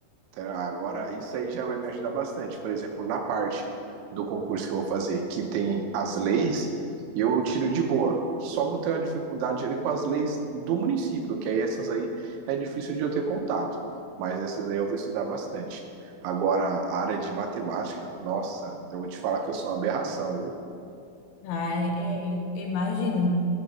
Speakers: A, on the right (about 80°); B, on the left (about 80°).
A: Tá? Agora, isso aí já vai me ajudar bastante. Por exemplo, na parte do concurso que eu vou fazer, que tem as leis, eu tiro de boa. Só vou ter uma dificuldade ali com as leis do município, que aí essas aí é difícil de eu ter contato. Mas essas aí eu vou estudar bastante. Agora, a área de matemática, nossa, eu vou te falar que eu sou uma aberração, viu?
B: Ah, é, é, eu imagino.